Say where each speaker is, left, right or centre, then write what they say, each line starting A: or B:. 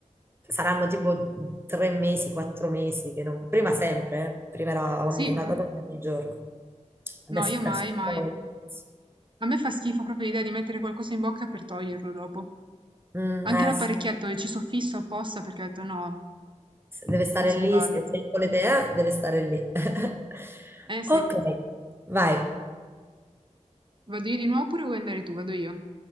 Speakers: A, on the right (about 20°); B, on the right (about 40°).
A: saranno tipo tre mesi, quattro mesi, che non... prima sempre, eh. Prima era
B: Sì,
A: ogni- una
B: eh?
A: cosa ogni giorno. Adesso
B: No, io
A: ho perso
B: mai, mai.
A: un po'. il-
B: A me fa schifo proprio l'idea di mettere qualcosa in bocca per toglierlo dopo.
A: Mm,
B: Anche
A: eh,
B: l'apparecchietto
A: sì.
B: che ci soffisso apposta perché ho detto no,
A: Se Deve stare
B: non se
A: lì,
B: ne parla.
A: se se volete, eh, deve stare lì. <laughs>
B: Eh sì,
A: Ok, vai,
B: vado io di nuovo oppure vuoi andare tu? Vado io.